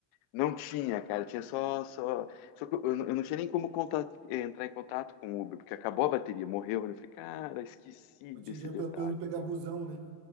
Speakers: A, on the left; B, on the right.
A: não tinha, cara, tinha só, só, só que eu, eu não eu não tinha nem como contato, eh, entrar em contato com o Uber, porque acabou a bateria, morreu. Eu falei, cara, esqueci
B: Eu
A: desse
B: tinha dinheiro
A: detalhe.
B: pelo pelo menos pegar busão, né?